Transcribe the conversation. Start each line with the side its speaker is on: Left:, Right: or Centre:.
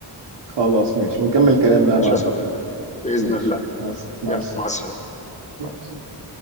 Right: خلاص ماشي ونكمل كلام بقى
Left: ماشي
Right: بعدها
Left: يا صديقي باذن
Right: ماشي
Left: الله
Right: مع السلامه مع
Left: يلا
Right: السلامه
Left: مع السلامه
Right: مع السلامة.